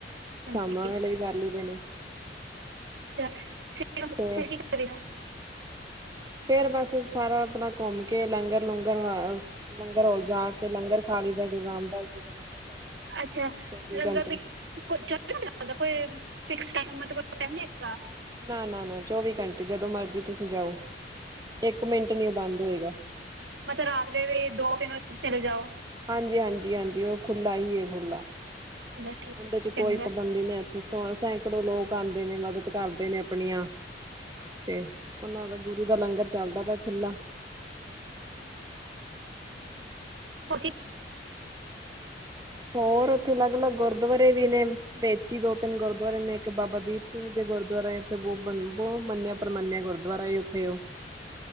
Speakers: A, on the right; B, on the right.
A: ਹਾਂਜੀ
B: ਸ਼ਾਮਾਂ ਵੇਲੇ ਵੀ ਕਰ ਲਈਦੇ ਨੇ।
A: <unintelligible>
B: ਤੇ
A: ਫਿਰ ਕੀ ਕਰੀ
B: ਫੇਰ ਬਸ ਸਾਰਾ ਆਪਣਾ ਘੁੰਮ ਕੇ ਲੰਗਰ, ਲੂੰਗਰ ਲੰਗਰਲ ਜਾ ਕੇ ਲੰਗਰ ਖੀ ਦਾ ਗੁਰੂ ਰਾਮਦਾਸ ਜੀ ਦਾ ਲੰਗਰ ਚੱਲਦਾ ਰਹਿੰਦਾ
A: ਅੱਛਾ
B: ਚੌਵੀ
A: ਲੰਗਰ
B: ਘੰਟੇ
A: ਦੇ ਚ ਮਤਲਬ ਕੋਈ--ਫਿਕਸ ਟਮ ਮਤਲਬ ਕੋਈ ਟਾਈਮ ਨਹੀਂ ਹੈਏਗਾ।
B: ਨਾ, ਨਾ, ਨਾ। ਚੌਵੀ ਘੰਟੇ ਜਦੋਂ ਮਰਜ਼ੀ ਤੁਸੀਂ ਜਾਓ ਇੱਕ ਮਿੰਟ ਨੀ ਉਹ ਬੰਦ ਹੋਏਗਾ।
A: ਮਤਲਬ ਰਾਤ ਦੇ ਵੀ ਦੋ, ਤਿੰਨ ਵਜੇ ਚਲੇ ਜਾਓ।
B: ਹਾਂਜੀ, ਹਾਂਜੀ, ਹਾਂਜੀ। ਉਹ ਖੁੱਲਾ ਹੀ ਖੁਲਾ।
A: ਚਲੋ ਠੀਕ
B: ਉਹਦੇ ਚ ਕੋਈ
A: ਚੰਗਾ
B: ਪਾਬੰਦੀ ਨਹੀਂ ਇੱਥੇ। ਸੈਂਕੜੋ ਲੋਕ ਆਉਂਦੇ ਨੇ ਮਦਦ ਕਰਦੇ ਨੇ ਆਪਣੀਆਂ। ਤੇ ਉਹਨਾਂ ਦਾ ਗੁਰੂ ਦਾ ਲੰਗਰ ਚੱਲਦਾ ਪਿਆ, ਖੁਲਾ
A: <inaudible> ਉਥੇ
B: ਹੋਰ ਉੱਥੇ ਅਲੱਗ-ਅਲੱਗ ਗੁਰਦੁਆਰੇ ਵੀ ਨੇ ਵਿੱਚ ਹੀ ਦੋ ਤਿੰਨ ਗੁਰਦੁਆਰੇ ਨੇ ਇੱਕ ਬਾਬਾ ਦੀਪ ਸਿੰਘ ਦੇ ਗੁਰਦੁਆਰਾ ਐ। ਉਥੇ ਬਹੁ ਬਹੁਤ ਮੰਨਿਆ ਪ੍ਰਮੰਨਿਆ ਗੁਰਦੁਆਰਾ ਐ ਉੱਥੇ ਉਹ।